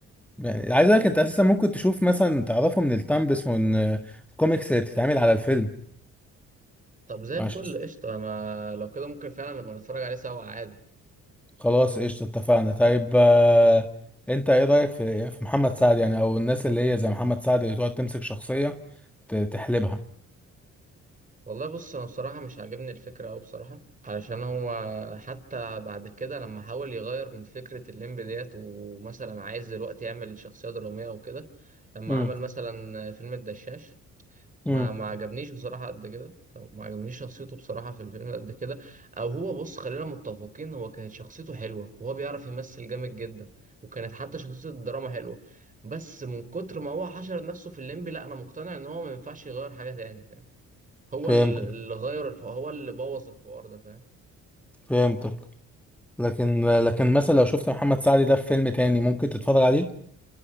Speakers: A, in the centre; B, on the right.
A: يعني عايز اقول لك انت اساسا ممكن تشوف مثلا تعرفه من التامبس ومن آه، الكوميكس اللي بتتعمل على الفيلم
B: طب زي
A: ماشي
B: الفل قشطة انا لو كده ممكن فعلا نبقى نتفرج عليه سوا عادي
A: خلاص قشطه اتفقنا طيب آه انت ايه رايك في في محمد سعد يعني او الناس اللي هي زي محمد سعد اللي تقعد تمسك شخصيه ت- تحلبها
B: والله بص انا بصراحه مش عاجبني الفكره أوي بصراحه علشان هو حتى بعد كده لما حاول يغير من فكره الليمب ديت ومثلا عايز دلوقتي يعمل شخصيه دراميه وكده لما
A: مم.
B: عمل مثلا فيلم الدشاش ما
A: مم.
B: ما عجبنيش بصراحه قد كده ما عجبنيش شخصيته بصراحه في الفيلم قد كده او هو بص خلينا متفقين هو كانت شخصيته حلوه وهو بيعرف يمثل جامد جدا وكانت حتى شخصيه الدراما حلوه بس من كتر ما هو حشر نفسه في الليمب لا انا مقتنع ان هو ما ينفعش يغير حاجه تاني هو
A: فهمتك
B: ال- اللي غير الحوار هو اللي بوظ الحوار ده فاهم
A: فهمتك لكن لكن مثلا لو شفت محمد سعد ده في فيلم تاني ممكن تتفرج عليه